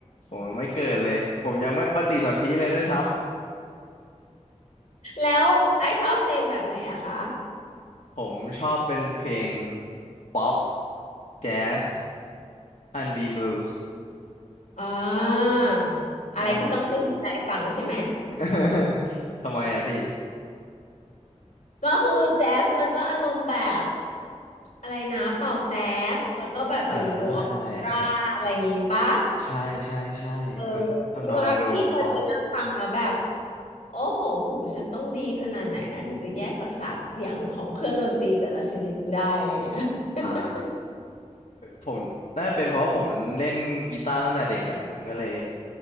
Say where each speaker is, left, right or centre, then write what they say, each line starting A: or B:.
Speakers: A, on the left (about 70°); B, on the left (about 85°).
A: ผมยังไม่เกิดเลยผมยังไม่ปฏิสนธิเลยด้วยซ้ำ
B: แล้วไอซ์ชอบเพลงแบบไหนอะคะ
A: <laughs> ผมชอบเป็นเพลงป๊อปแจ๊สอันบีบลูส์
B: อ่าอะไรที่ต้องขึ้นบันไดฟังใช่ไหม
A: ได้หมดเลย <laughs> ทำไมอะพี่
B: ก็คือแจ๊สมันก็อารมณ์แบบ อะไรนะเป่าแซกแล้วก็แบบอยู่ในวงออร์เคสตราอะไรอย่างงี้ปะ
A: เออนั่นแหละใช่ใช่ใช่มันทำนองมันดูเพราะ
B: เออพี่ว่าพี่เคยไปนั่งฟังแล้วแบบโอ้โหหูฉันต้องดีขนาดไหนนะถึงจะแยกประสาทเสียงของเครื่องดนตรีแต่ละชนิดได้อะไรเงี้ย <laughs>
A: อ่า ผมน่าจะเป็นเพราะว่าผมเล่นกีตาร์ตั้งแต่เด็กแหละมันก็เลย